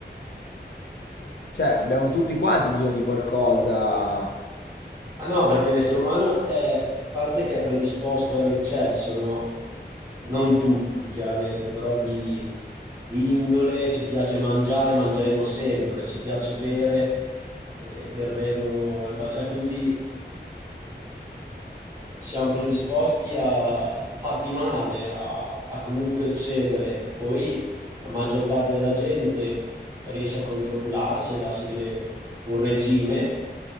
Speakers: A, on the left (about 65°); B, on the right (about 20°).
A: Cioè, abbiamo tutti quanti bisogno di qualcosa
B: Ma no, perché l'essere umano è parte che è predisposto all'eccesso, no? Non tutti, chiaramente, però di, di indole, ci piace mangiare, mangeremo sempre, ci piace bere, eh, berremo, e ba- cioè quindi siamo predisposti a fatti male, a, a comunque cedere. Poi la maggior parte della gente riesce a controllarsi e darsi delle- un regime,